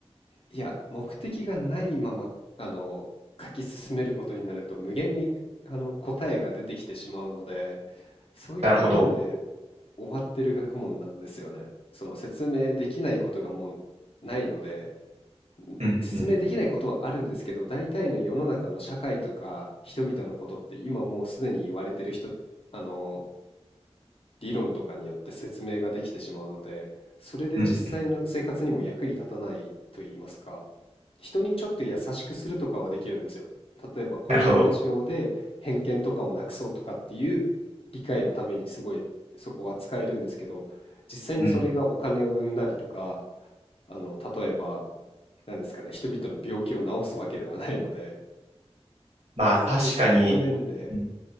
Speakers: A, on the left; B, on the right.
A: いや、目的がないまま、あの、書き進めることになると無限に、あの、答えが出てきてしまうので、そういった面で
B: なるほど。
A: 終わってる学問なんですよね。その説明できないことがもうないので、ん説明できないことはあるんですけど、
B: うん、うん、
A: 大体の世の中の社会とか人々のことって今もうすでに言われてる人、あの、理論とかによって説明ができてしまうので、それで実際の生活にも役に立たないと言いますか、
B: うん。
A: 人にちょっと優しくするとかはできるんですよ。例えばこういう持ちようで偏見とかをなくそうとかっていう理解のためにすごいそこは使えるんですけど、
B: なるほど。
A: 実際にそれがお金を生んだりとか、
B: うん。
A: あの、例えば、何ですかね、人々の病気を治すわけではないので、
B: まあ、
A: そういった面で、
B: 確かに、うん。